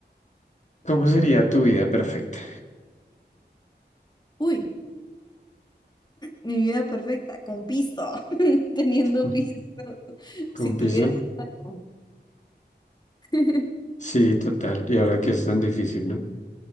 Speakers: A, on the left (about 40°); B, on the left (about 25°).
A: ¿Cómo sería tu vida perfecta?
B: Uy, mi vida perfecta, con pisto, <laughs> teniendo
A: Mm.
B: pisto. <laughs> Si
A: ¿Con piso?
B: tuviera algo. <laughs>
A: Sí, total. Y ahora que es tan difícil, ¿no?